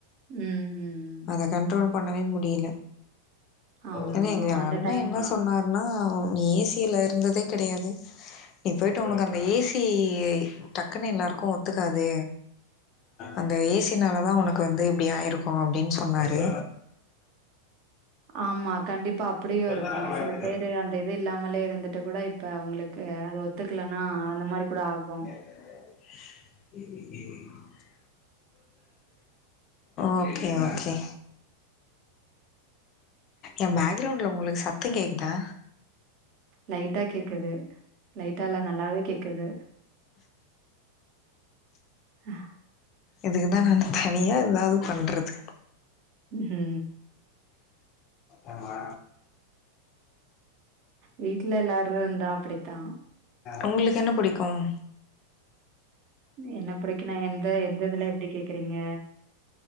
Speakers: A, on the right; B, on the left.
A: ம் ம்
B: அத கண்ட்ரோல் பண்ணவே முடியல
A: ஆமா.
B: ஏங்க எங்க
A: அந்த
B: அண்ணே
A: டைம்
B: என்ன சொ சொன்னாருன்னா ஏசியில இருந்ததே கெடையாது நீ பொயிட்டு உனக்கு அந்த ஏசி டக்குன்னு எல்லாருக்கு ஒத்துக்காது அந்த ஏசினாலதா ஒனக்கு வந்து இப்டி ஆயிருக்கு அப்டின் சொன்னாரு
A: ஆமா கண்டிப்பா அப்டியு
B: பிறந்தநாள்
A: இருக்கு
B: வாழ்த்துக்கள்
A: சில பேரு அந்த இது இல்லாமலே இருந்துட்டு கூட இப்ப அவுங்களுக் க்கு அது ஒத்துக்கலனா அந்த மாரி கூட ஆகு
B: <unintelligible> ஓகே ஓகே எ பேக்ரவுண்ட்ல உங்களுக்கு சத்தோ கேக்குதா
A: லைட்டா கேக்குது லைட்டா இல்ல நல்லாவே கேக்குது ஆ
B: இதுக்கு தா நா தனியா எதாவது பண்ணுறது
A: ம் ஹு
B: ஆமாமா
A: வீட்டுல எல்லாரு இருந்தா அப்டித்தா
B: உங்களுக்கு என்ன புடிக்கும்
A: என்ன புடிக்குன்னா எந்த எந்த இதுலா எப்டி கேக்குறீங்க